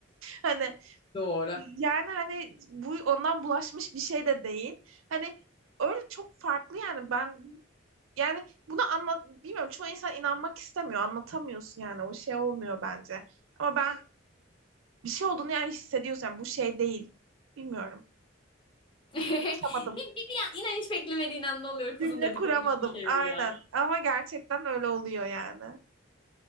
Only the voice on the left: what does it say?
Doğru.
<laughs>
Bir, bir, bir an- inan hiç beklemediğin anda oluyor kuzum
dedikleri
gibi bir şey
bu ya.